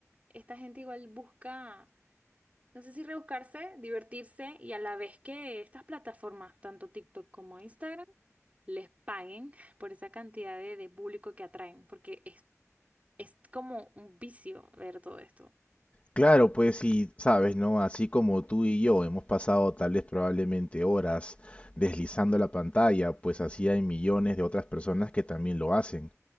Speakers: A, on the right; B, on the left.
A: esta gente igual busca, no sé si rebuscarse, divertirse y a la vez que estas plataformas, tanto TikTok como Instagram, les paguen por esa cantidad de, de público que atraen, porque es es como un vicio ver todo esto.
B: Claro, pues sí, sabes, ¿no? Así como tú y yo hemos pasado tal vez probablemente horas deslizando la pantalla, pues así hay millones de otras personas que también lo hacen.